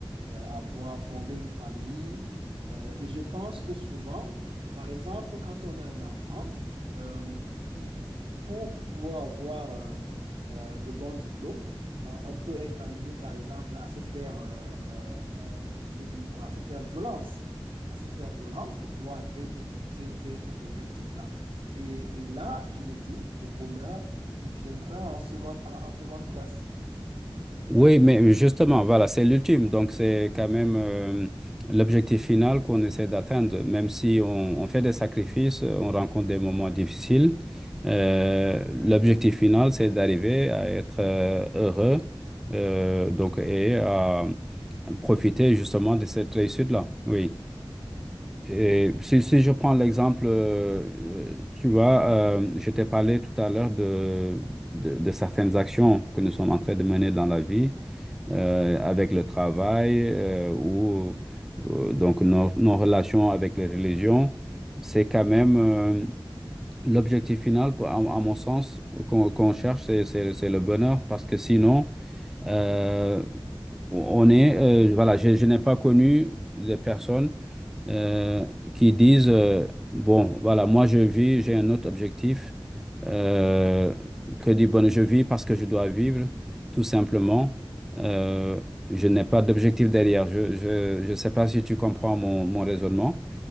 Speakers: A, on the right; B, in the centre.
A: euh, avoir fondé une famille. Euh, et je pense que souvent, par exemple, quand on a un enfant, euh, il- il- pour, pour pouvoir avoir euh, euh, de bons diplômes, euh, on peut être amené, par exemple, à se faire, euh, euh, euh, je vais dire quoi, à se faire violence, à se faire violence pour pouvoir atteindre cet, cet- cet- cet objectif-là. Et, et là, je me dis, le bonheur, il viendra en seconde, en en seconde place.
B: Oui, mais justement, voilà, c'est l'ultime. Donc, c'est quand même euh, l'objectif final qu'on essaie d'atteindre. Même si on, on fait des sacrifices, on rencontre des moments difficiles, euh, l'objectif final, c'est d'arriver à être euh, heureux euh, donc, et à profiter justement de cette réussite-là. Oui. Et si, si je prends l'exemple, euh, euh, tu vois, euh, je t'ai parlé tout à l'heure de, de de certaines actions que nous sommes en train de mener dans la vie euh, avec le travail euh, ou euh, donc nos, nos relations avec les religions, c'est quand même euh, l'objectif final, pour- à, à mon sens, qu'on qu'on cherche, c'est c'est- c'est le bonheur parce que sinon, euh, on est, euh, voilà, je, je n'ai pas connu de personnes euh, qui disent, euh, bon, voilà, moi je vis, j'ai un autre objectif. Euh, que dit bon, je vis parce que je dois vivre, tout simplement. Euh, je n'ai pas d'objectif derrière. Je, je, je sais pas si tu comprends mon, mon raisonnement.